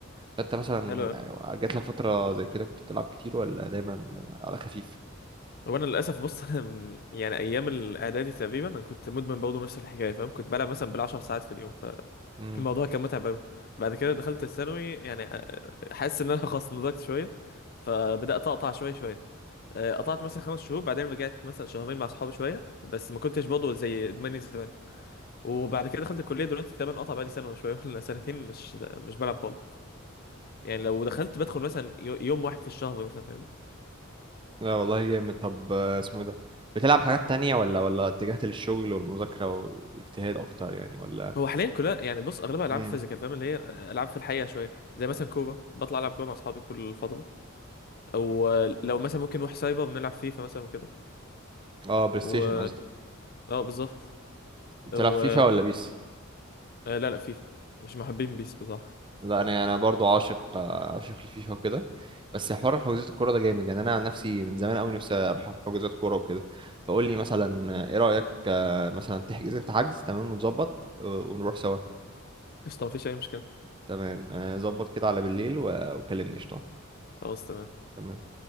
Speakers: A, on the right (about 25°); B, on the left (about 45°).
A: فانت مثلا
B: حلو أوي
A: آه، جات لك فتره زي كده كنت بتلعب كتير ولا دايما على خفيف
B: هو أنا للأسف بص <laughs> أنا من يعني أيام الإعدادي تقريبا أنا كنت مدمن برضه نفس الحكاية فاهم كنت بلعب مثلا بالعشر ساعات في اليوم
A: امم
B: فالموضوع كان متعب أوي بعد كده دخلت الثانوي يعني أ- حاسس إن أنا <laughs> خلاص نضجت شوية فبدأت أقطع شوية شوية أه، قطعت مثلا خمس شهور بعدين رجعت مثلا شهرين مع أصحابي شوية بس ما كنتش برضه زي إدماني زمان وبعد كده دخلت الكليه دلوقتي تقريبا قطع بقالي سنه وشويه ولا سنتين مش مش بلعب خالص يعني لو دخلت بدخل مثلا يو- يوم واحد في الشهر مثلا فاهمني
A: لا والله جامد طب آه، اسمه ده بتلعب حاجات تانية ولا ولا اتجهت للشغل والمذاكره والاجتهاد اكتر يعني ولا
B: هو حاليا كلها يعني بص اغلبها العاب
A: امم
B: فيزيكال فاهم اللي هي العاب في الحقيقه شويه زي مثلا كوره بطلع العب كوره مع اصحابي كل فتره او لو مثلا ممكن نروح سايبر بنلعب فيفا مثلا وكده
A: اه بلاي ستيشن
B: و
A: قصدك
B: اه بالظبط
A: بتلعب
B: و
A: فيفا ولا بيس
B: آه، لا لا فيفا مش محبين بيس بصراحه
A: لا انا انا برضو عاشق عاشق للفيفا وكده بس حوار حجوزات الكوره ده جامد يعني انا عن نفسي من زمان قوي نفسي اروح حجوزات كوره وكده فقول لي مثلا ايه رايك آه، مثلا تحجز انت حجز تمام ونظبط و- ونروح سوا
B: قشطه مفيش اي مشكله
A: تمام آه، ظبط كده على بالليل و- وكلمني قشطه
B: خلاص تمام
A: تمام